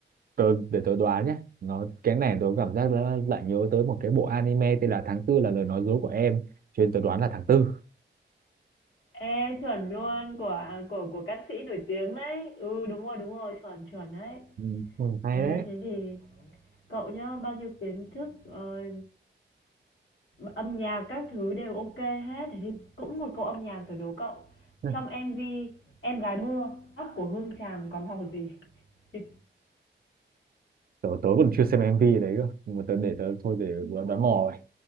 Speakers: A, on the right; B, on the left.
A: tớ để tớ đoán nhé nó cái này tớ cảm giác là lại nhớ tới một cái bộ anime tên là tháng tư là lời nói dối của em cho nên tớ đoán là tháng tư
B: Ê chuẩn luôn của của của ca sĩ nổi tiếng đấy. Ừ đúng rồi, đúng rồi, chuẩn chuẩn đấy.
A: Ừ, ừ, hay
B: Ê
A: đấy
B: thế thì cậu nhá, bao nhiêu kiến thức ờ, âm nhạc các thứ đều ok hết. Thế thì cũng một câu âm nhạc thử đố cậu.
A: Ừ,
B: Trong MV Em gái mưa, tóc của Hương Tràm có màu gì? <laughs>
A: tớ, tớ còn chưa xem MV đấy cơ nhưng mà tớ để tớ thôi để đoán đoán mò vậy